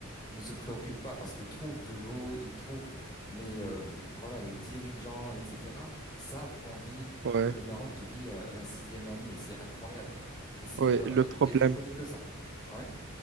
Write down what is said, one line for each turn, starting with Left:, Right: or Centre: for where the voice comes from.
Left: ne se préoccupent pas parce qu'ils trouvent de l'eau, ils trouvent. Mais euh, voilà, les dirigeants, etc., savent qu'on vit
Right: ouais,
Left: que le Maroc vit euh, la sixième année. et C'est incroyable. Et c'est
Right: ouais.
Left: euh,
Right: Le problème,
Left: et je connais que ça. Oui,